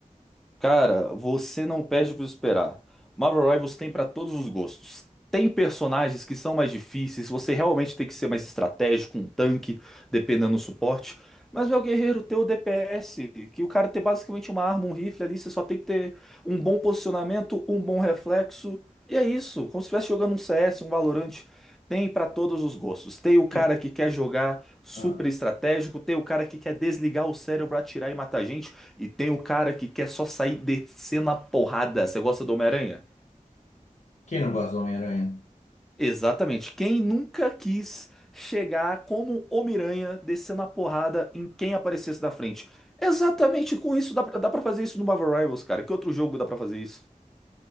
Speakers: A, in the centre; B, on the left.
A: Cara, você não perde para esperar. Marvel Rivals tem para todos os gostos. Tem personagens que são mais difíceis, você realmente tem que ser mais estratégico, um tanque, dependendo do suporte. Mas meu guerreiro tem o DPS, que o cara tem basicamente uma arma, um rifle ali, você só tem que ter um bom posicionamento, um bom reflexo. E é isso, como se estivesse jogando um CS, um Valorant. Tem para todos os gostos. Tem o cara
B: E
A: que quer jogar super
B: ah,
A: estratégico, tem o cara que quer desligar o cérebro, atirar e matar gente. E tem o cara que quer só sair descendo a porrada. Você gosta do Homem-Aranha?
B: quem não gosta do Homem-Aranha?
A: Exatamente. Quem nunca quis chegar como Homem-Aranha descendo a porrada em quem aparecesse na frente? Exatamente com isso, dá pra, dá pra fazer isso no Marvel Rivals, cara. Que outro jogo dá pra fazer isso?